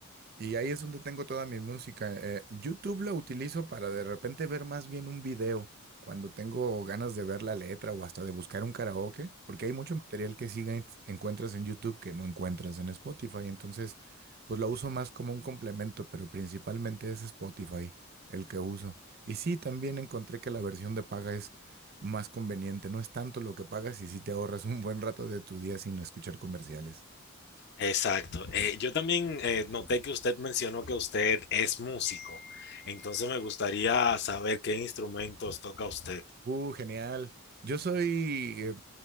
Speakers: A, on the right; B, on the left.
A: Y ahí es donde tengo toda mi música. Eh, YouTube lo utilizo para de repente ver más bien un video, cuando tengo ganas de ver la letra o hasta de buscar un karaoke, porque hay mucho material que sí en- encuentras en YouTube que no encuentras en Spotify. Entonces, pues lo uso más como un complemento, pero principalmente es Spotify el que uso. Y sí, también encontré que la versión de paga es más conveniente. No es tanto lo que pagas y sí te ahorras un buen rato de tu día sin escuchar comerciales.
B: Exacto. Eh, yo también eh, noté que usted mencionó que usted es músico. Entonces me gustaría saber qué instrumentos toca usted.
A: Uh, genial. Yo soy, eh,